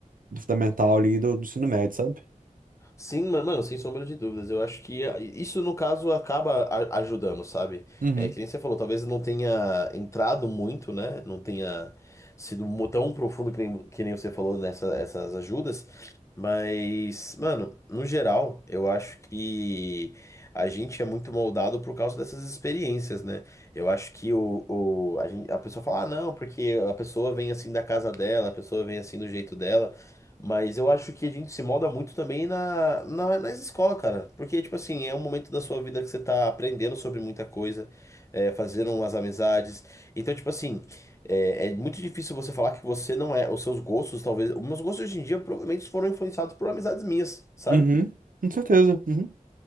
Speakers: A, on the right (about 85°); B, on the left (about 20°).
A: do fundamental ali, do, do ensino médio, sabe?
B: Sim, ma- mano, sem sombra de dúvidas. Eu acho que eh, isso, no caso, acaba a- ajudando, sabe?
A: Uhum.
B: É, que nem você falou, talvez não tenha entrado muito, né? Não tenha sido mo- tão profundo que nem, que nem você falou nessas essas ajudas. Mas, mano, no geral, eu acho que a gente é muito moldado por causa dessas experiências, né? Eu acho que o, o- a gente- a pessoa fala, ah, não, porque a pessoa vem assim da casa dela, a pessoa vem assim do jeito dela. Mas eu acho que a gente se molda muito também na, na, nas escolas, cara. Porque, tipo assim, é um momento da sua vida que você tá aprendendo sobre muita coisa, é, fazendo umas amizades. Então, tipo assim, é, é muito difícil você falar que você não é. Os seus gostos, talvez. Os meus gostos hoje em dia provavelmente foram influenciados por amizades minhas, sabe?
A: Uhum, com certeza. uhum.